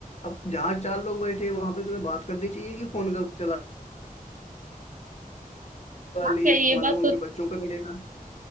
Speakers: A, on the left; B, on the right.
A: अब जहाँ चार लोग बैठे हैं वहां पे तुम्हें बात करनी चाहिए कि फोन कर चला वाली
B: हाँ क्या ये
A: मान
B: बात
A: लो उनके
B: तो
A: बच्चों पे पड़ेगा